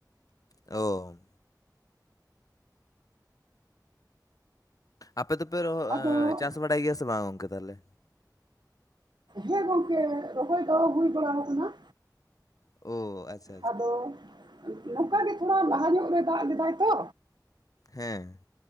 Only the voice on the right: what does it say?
ᱟᱫᱚ
ᱦᱮᱸ ᱜᱚᱝᱠᱮ ᱨᱚᱦᱚᱭ ᱫᱚ ᱦᱩᱭ ᱵᱟᱲᱟᱣ ᱟᱠᱟᱱᱟ
ᱟᱫᱚ ᱱᱚᱸᱠᱟ ᱜᱮ ᱛᱷᱚᱲᱟ ᱞᱟᱦᱟ ᱧᱚᱜ ᱨᱮ ᱫᱟᱜ ᱞᱮᱫᱟᱭ ᱛᱚ